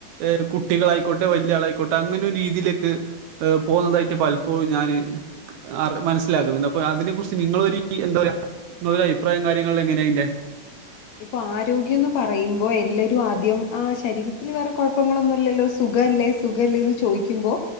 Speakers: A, on the right (about 75°); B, on the left (about 70°).
A: ഏഹ് കുട്ടികളായിക്കോട്ടെ വലിയ ആളായിക്കോട്ടെ അങ്ങനെ ഒരു രീതിയിലേക്ക് ഏഹ് പോകുന്നതായിട്ട് പലപ്പോഴും ഞാന് അറ് മനസ്സിലാക്കുന്നുണ്ട്. അപ്പൊ അതിനെ കുറിച്ച് നിങ്ങള് ഒര് എന്താ പറയാ നിങ്ങള് ഒര് അഭിപ്രായും കാര്യങ്ങളിലും എങ്ങനെ ൻ്റെ
B: ഇപ്പൊ ആരോഗ്യം ന്ന് പറയുമ്പോ എല്ലരും ആദ്യം ആ ശരീരത്തിൽ വേറെ കുഴപ്പങ്ങളൊന്നുല്ലല്ലോ സു ഖല്ലേ സുഖല്ലേന്ന് ചോയിക്കുമ്പോ